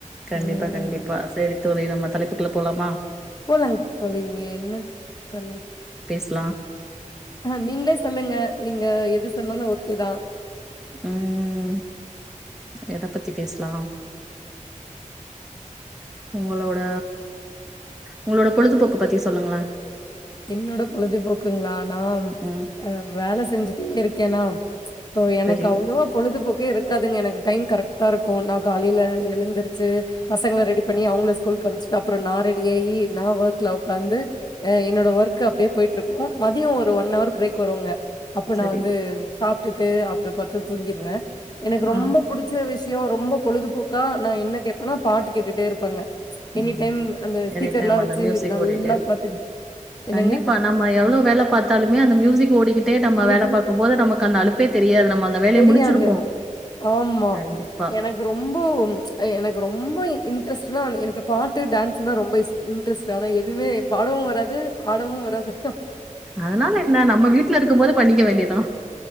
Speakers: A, in the centre; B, on the left (about 30°).
A: கண்டிப்பா
B: ம்
A: கண்டிப்பா சேரி தோழி நம்ம தலைப்புக்குள்ள போலாமா
B: போலாங் தோழி என்ன தலைப்
A: ஸ்லா
B: நீங்ளே சொல்லுங்க நீங்க எது சொன்னாலு ஓகே தா
A: உம் எத பத்தி பேஸ்லா உங்களோட உங்களோட பொழுதுபோக்கு பத்தி சொல்லுங்களே
B: என்னோட பொழுதுபோக்குங்களா நான்
A: ம்
B: ஆ வேலை செஞ்சு இருக்கேனா சோ எனக்கு
A: சரி
B: அவ்ளோவா பொழுதுபோக்கே இருக் ருக்காதுங்க எனக்கு டைம் கரெக்டா இருக்கும் நான் காலைல எழுந்துருச்சு பசங்கள ரெடி பண்ணி அவங்க ஸ்கூல்க்கு அனுப்சிட்டு அப்பறம் நான் ரெடியாயி நான் ஒர்க்ல உக்காந்து என்னோட என்னோட ஒர்க் அப்படியே போயிட்டு இருக்கும் மதியம் ஒரு ஒன் அவர் பிரேக் வருவங்க அப்ப
A: சரி
B: நான் வந்து சாப் விட்டுட்டு அப்டி படுத்து தூங்கிடுவே எனக்கு ரொம்ப
A: ஆ
B: புடிச்ச விஸ் விஸயம் ரொம்ப பொழுதுபோக்கா நான் என்ன கேப்பனா பாட்டு கேட்டுட்டே இருப்பேங்க எனி
A: ம்
B: டைம் அந்த ஸ்பீக்கர்லாம்
A: எனி டைம் அந்த
B: வச்சு
A: மியூசிக்
B: நல்லா
A: ஓடிட்டே
B: பாட்டு என்னங்க?
A: கண்டிப்பா நம்ம எவ்வளவு வேலை பாத்தாலுமே அந்த மியூசிக் ஓடிக்கிட்டே நம்ம
B: மியூசிக்
A: வேலை பாக்கும் போது நமக்கு அந்த அழுப்பே தெரியாது நம்ம அந்த வேலைய
B: தெரியாது.
A: முடிச்சிருப்போம்
B: ஆமா.
A: கண்டிப்பா
B: எனக்கு ரொம்ப ம், எனக்கு ரொம்ப இன்ட்ரெஸ்ட்னா எனக்கு பாட்டு டான்ஸ்னா ரொம்ப இஸ் இன்ட்ரஸ்ட் ஆனா எதுமே பாடவும் வராது ஆடவும் வராது
A: அதனால என்ன நம்ம வீட்ல இருக்கும் போது பண்ணிக்க வேண்டிதுதான்